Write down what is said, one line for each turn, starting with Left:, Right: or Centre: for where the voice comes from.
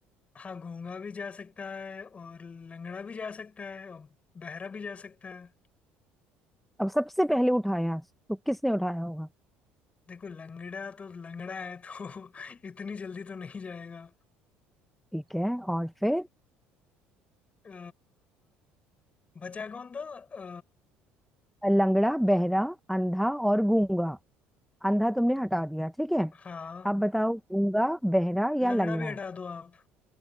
Left: हाँ गूंगा भी जा सकता है और लंगड़ा भी जा सकता है और बहरा भी जा सकता है
Centre: अब सबसे पहले उठाया तो किसने उठाया होगा
Left: देखो लंगड़ा तो लंगड़ा है तो <laughs> इतनी जल्दी तो नहीं जाएगा
Centre: ठीक है और फिर
Left: अ, बचा कौन था अ,
Centre: लंगड़ा बहरा अंधा और गूंगा अंधा तुमने हटा दिया ठीक है
Left: हाँ
Centre: अब बताओ गूंगा बहरा या
Left: लंगड़ा
Centre: लंगड़ा
Left: भी हटा दो आप